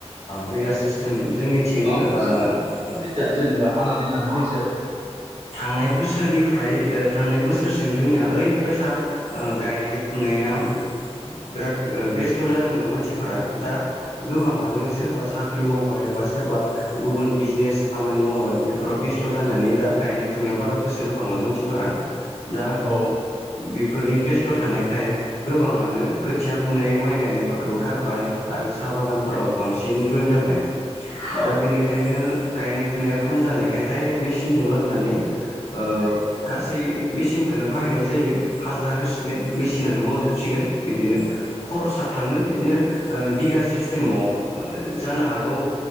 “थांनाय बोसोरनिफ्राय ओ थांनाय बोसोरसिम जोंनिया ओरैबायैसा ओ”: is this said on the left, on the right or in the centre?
Left